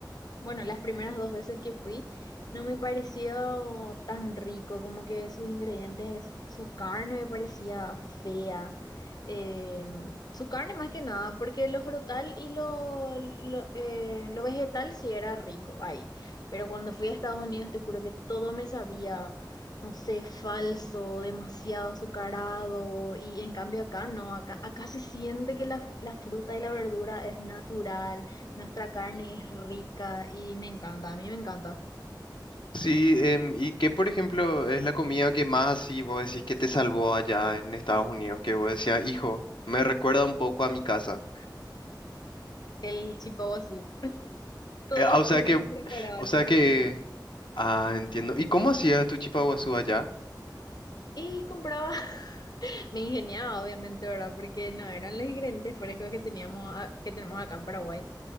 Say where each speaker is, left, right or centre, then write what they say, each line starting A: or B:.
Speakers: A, on the left (about 55°); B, on the left (about 85°).
A: bueno, las primeras dos veces que fui no me pareció tan rico, como que sus ingredientes, su carne me parecía fea. eh, su carne más que nada, porque lo frutal y lo, lo, eh, lo vegetal sí era rico ahí. Pero cuando fui a Estados Unidos te juro que todo me sabía, no sé, falso, demasiado azucarado. Y en cambio acá no, acá, acá se siente que la, la fruta y la verdura es natural nuestra carne es rica y me encanta, a mí me encanta.
B: sí, em, ¿y qué, por ejemplo, es la comida que más así vos decís que te salvó allá en Estados Unidos? Que vos decías, hijo, me recuerda un poco a mi casa.
A: El chipaguazú. Todo
B: Eh, ah,
A: el
B: o
A: tiempo
B: sea que,
A: preparaba
B: o sea
A: chipaguazú.
B: que, ah, entiendo. ¿Y cómo hacías tu chipaguazú allá?
A: Y compraba, <laughs> me ingeniaba obviamente, ¿verdad? Porque no eran los ingredientes frescos que teníamos, a- que tenemos acá en Paraguay.